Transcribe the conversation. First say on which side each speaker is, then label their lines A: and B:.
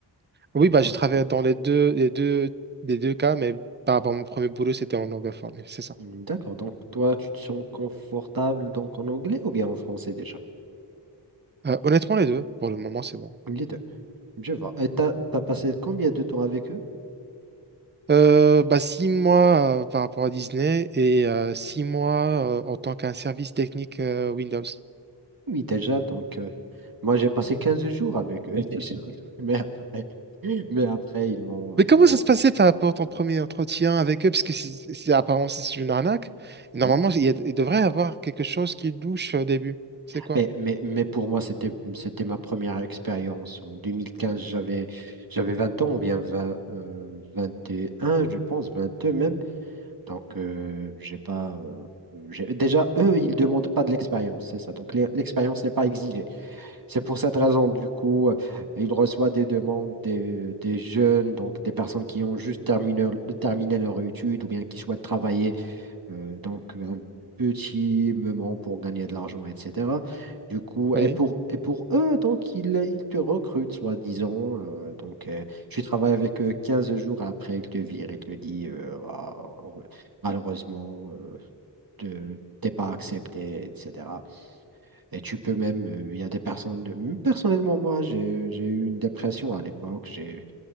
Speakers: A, on the right (about 25°); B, on the right (about 55°).
A: Oui,
B: Je
A: bah,
B: pense
A: j'ai travaillé dans les deux, les deux, les deux cas, mais par rapport à mon premier boulot, c'était en anglophone. C'est ça.
B: Mmh, D'accord, donc toi, tu te sens confortable donc en anglais ou bien en français déjà?
A: Euh, honnêtement, les deux, pour le moment, c'est bon.
B: Les deux. Je vois. Et t'as, t'as passé combien de temps avec eux?
A: Euh, bah, six mois euh, par rapport à Disney et euh, six mois euh, en tant qu'un service technique euh, Windows.
B: Oui, déjà, donc euh, moi j'ai passé 15 jours avec eux déjà. <laughs> Mais après, mais après ils m'ont
A: Mais
B: ils
A: comment
B: m'ont
A: ça se passait par rapport à ton premier entretien avec eux? Parce que c'est c'est- apparemment c'est une arnaque. Normalement,
B: oui.
A: il, y a- il devrait y avoir quelque chose qui douche euh, au début. C'est quoi?
B: Mais, mais, mais pour moi, c'était c'était ma première expérience. En 2015, j'avais j'avais 20 ans ou bien 20, euh, 21, je pense, 22 même. Donc, euh, j'ai pas. euh, j'ai- Déjà, eux, ils ne demandent pas de l'expérience, c'est ça. Donc, l'e- l'expérience n'est pas exigée. C'est pour cette raison, du coup, euh, ils reçoivent des demandes des, des jeunes, donc des personnes qui ont juste terminé, terminé leur étude ou bien qui souhaitent travailler euh, donc, un petit moment pour gagner de l'argent, etc. Du coup,
A: Oui.
B: et pour, et pour eux, donc, ils, ils te recrutent, soi-disant. Euh, donc, euh, tu travailles avec eux 15 jours après, ils te virent, ils te disent, euh, Ah, heureux- malheureusement, euh, te- t'es pas accepté, etc. Et tu peux même, euh, il y a des personnes, personnellement, moi, j'ai, j'ai eu une dépression à l'époque. J'ai